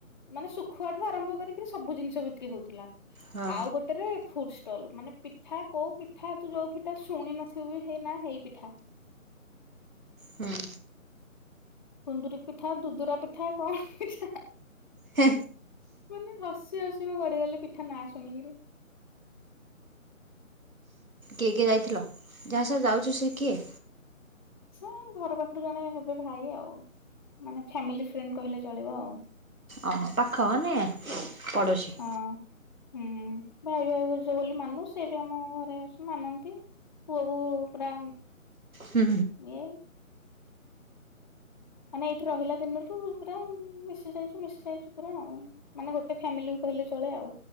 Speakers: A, on the left; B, on the right.
A: ମାନେ ଶୁଖୁଆଠୁ ଆରମ୍ଭ କରିକିରି ସବୁ ଜିନିଷ ବିକ୍ରି ହଉଥିଲା।
B: ହଁ
A: ଆଉ ଗୋଟେ ରେ ଫୁଡ ଷ୍ଟଲ୍ ମାନେ ପିଠା କୋଉ ପିଠା ତୁ ଯୋଉ ପିଠା ଶୁଣି ନଥିବ ହେଇନା ହେଇ ପିଠା।
B: ହଁ
A: କୁନ୍ଦୁରି ପିଠା ଦୁଦୁରା ପିଠା କଣ ପିଠା
B: ହା
A: ମାନେ ହସି ହସି ମୁଁ ଗଡିିଗଲି ପିଠା ନାଁ ଶୁଣିକି।
B: କିଏ କିଏ ଯାଇଥିଲ ଯାହାସ ଯାଉଛ ସେ କିଏ?
A: ଆଛା ଘର ପାଖରୁ ଜଣେ ହେବେ ଭାଇ ଆଉ ମାନେ ଫ୍ୟାମିଲି ଫ୍ରେଣ୍ଡ କହିଲେ ଚଳିବ ଆଉ।
B: ଅ ପାଖ ମାନେ ପଡ଼ୋଶୀ।
A: ହଁ ହୁଁ ଭାଇ ଭାଉଜ ବୋଲି ମାନୁ ସେି ବି ଆମ ଘରେ ଆସ ମାନନ୍ତି। ପୁଅ ବୋହୂ ପୁରା
B: ହୁଁ।
A: ଇଏ ମାନେ ଏଇଠି ରହିଲା ଦିନରୁ ପୁରା ମିଶି ଯାଇଛୁ ମିଶି ଯାଇଛୁ ପୁରା ଆଉ। ମାନେ ଗୋଟେ ଫ୍ୟାମିଲି ବି କହିଲେ ଚଳେ ଆଉ।